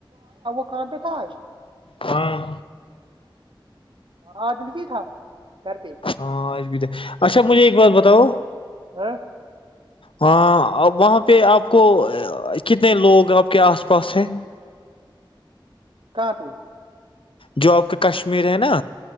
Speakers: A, on the right; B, on the left.
A: دکان پہ تھا آج
B: ہاں
A: عادل بھی تھا گھر پہ
B: ہاں آج اچھا مجھے ایک بات بتاؤ
A: <inaudible>
B: ہاں ا وہاں پہ آپ کو کتنے لوگ آپ کے آس پاس ہے
A: کہاں پہ
B: جو آپ کا کشمیر ہے نا